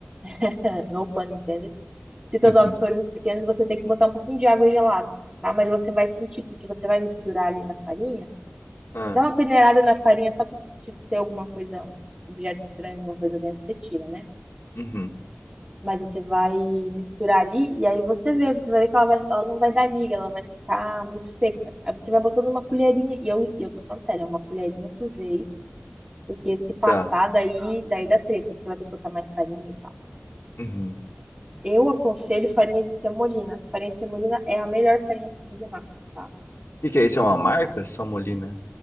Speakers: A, on the right; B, on the left.
A: <laughs> no pun intended, se teus
B: <laughs>
A: ovos forem muito pequenos, você tem que botar um pouquinho de água gelada, tá? Mas você vai sentir, porque você vai misturar ali na farinha.
B: Ah,
A: Dá uma peneirada na farinha só pra tipo, ter alguma coisa, um objeto estranho, alguma coisa dentro, você tira, né?
B: uhum.
A: mas você vai misturar ali e aí você vê, você vai ver que ela, vai, ela não vai dar liga, ela vai ficar muito seca. Aí você vai botando uma colherinha, e eu, e eu tô falando sério, é uma colherinha por vez, porque se passar
B: Tá.
A: daí, daí dá treta, você vai ter que botar mais farinha e tal.
B: Uhum.
A: Eu aconselho farinha de semolina. Farinha de semolina é a melhor farinha para fazer massa, tá?
B: que que é isso? É uma marca? Samolina.